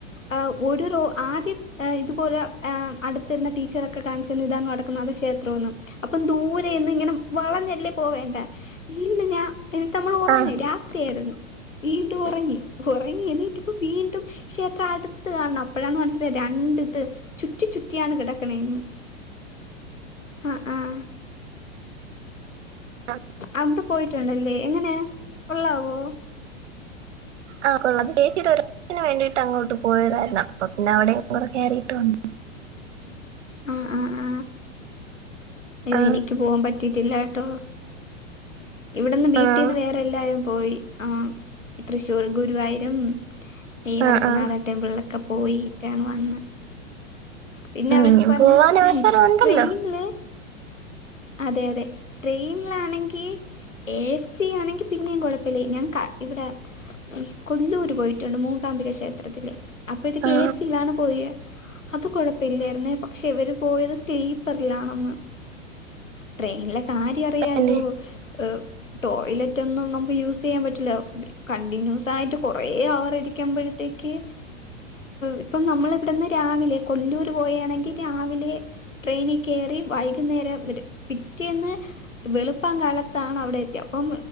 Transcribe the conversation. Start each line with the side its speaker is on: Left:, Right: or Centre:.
Left: ആഹ് ഒരു റു ആദ്യം ഇതുപോലെ അടുത്തിരിന്ന ടീച്ചറൊക്കെ കാണിച്ചെന്ന് ഇതാണ് വടക്കു നാഥ ക്ഷേത്രം ക്ഷേത്രന്നും അപ്പം ദൂരെന്ന് ഇങ്ങനെ വളഞ്ഞല്ലേ പോവേണ്ട വീണ്ടും ഞാൻ ഇന്നിട്ട് നമ്മൾ ഉറങ്
Right: ആ
Left: രാത്രിയായിരുന്നു. വീണ്ടും ഉറങ്ങി. ഉറങ്ങി എണിറ്റപം വീണ്ടും ക്ഷേത്രം അടുത്ത് കാണണം. അപ്പഴാണ് മനസ്സിലായത് രണ്ട് ത് ചുറ്റി ചുറ്റിയാണ് കിടക്കണന്ന്. ആഹ് ആഹ്
Right: ആഹ്
Left: അവിടെ പോയിട്ടുണ്ടല്ലേ? എങ്ങനെ കൊള്ളാവോ?
Right: ആ കൊള്ള കേിട്ടന് വേണ്ടിയിട്ട് അങ്ങോട്ട് <inaudible> <inaudible> പോയതായിരുന്നു. അപ്പൊ പിന്നെ അവിടെ കയറിയിട്ട് വന്നു.
Left: ആഹ് ആഹ് ആഹ് അയ്യോ
Right: ആ
Left: എനിക്ക് പോവാൻ പറ്റിയിട്ടില്ല കേട്ടോ. ഇവിടെന്ന് വീട്ടിന്ന്
Right: ആ
Left: വേറെ എല്ലാരും പോയി. ആഹ് തൃശ്ശൂർ ഗുരുവായൂരും ഈ വടക്കനാഥ
Right: ആ ആ
Left: ടെമ്പിളിലൊക്കെ പോയിട്ടാണ് വന്ന്. പിന്നെ
Right: ഇനിയും
Left: അവർക്ക് പറഞ്ഞു
Right: പോവാൻ അവസരം ഉണ്ടല്ലോ
Left: ട്രെയിനില് അതെ അതെ. ട്രെയിനിലാണെങ്കിൽ ഏ സി യാണെങ്കിൽ പിന്നെ കുഴപ്പല്ല. ഞാൻ കാ ഇവിടെ ഈ കൊല്ലൂര് പോയിട്ടുണ്ട്. മൂകാംബിക ക്ഷേത്രത്തില് അപ്പൊ ഇത്
Right: ആ
Left: ഏ സിയില്ലാണ്ട് പോയേ. അത് കൊഴപ്പല്ലായിരുന്നേ പക്ഷെ ഇവര് പോയത് സ്റ്റീപ്പറിലാണെന്ന്. ട്രെയിനിലെ കാര്യയറിയാലോ?
Right: തന്നെ
Left: ഏഹ് ടോയ്ലറ്റ് ഒന്നും നമുക്ക് യൂസ് ചെയ്യാൻ പറ്റില്ല. കണ്ടിന്യൂസായിട്ട് കുറേ അവർ ഇരിക്കുമ്പോഴത്തേക്ക് ഇപ്പം നമ്മള ഇവിടുന്ന് രാവിലെ കൊല്ലൂർ പോയയാണെങ്കിൽ രാവിലെ ട്രെയിനി കേറി വൈകുന്നേരം വരും. പിറ്റേന്ന് വെളുപ്പാൻ കാലത്താണ് അവിടെ എത്തിയത്. അപ്പം